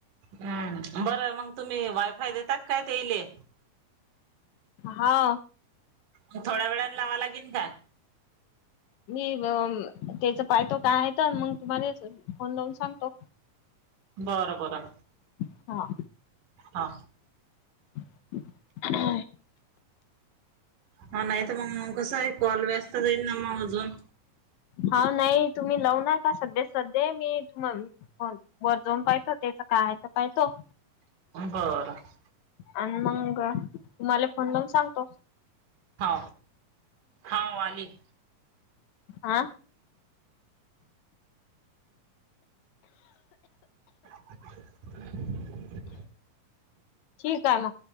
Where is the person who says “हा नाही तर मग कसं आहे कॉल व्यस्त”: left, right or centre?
Right